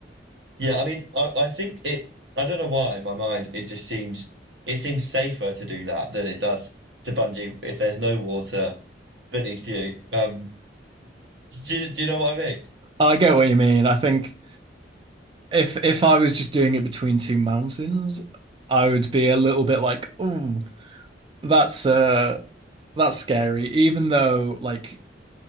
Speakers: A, on the right; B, on the right.
A: Yeah, I mean, I, I think it, I don't know why in my mind it just seems, it seems safer to do that than it does to bungee if there's no water beneath you. Um, do, you- do you know what I mean?
B: I get what you mean. I think if if I was just doing it between two mountains, I would be a little bit like, "Ooh, that's uh that's scary." Even though like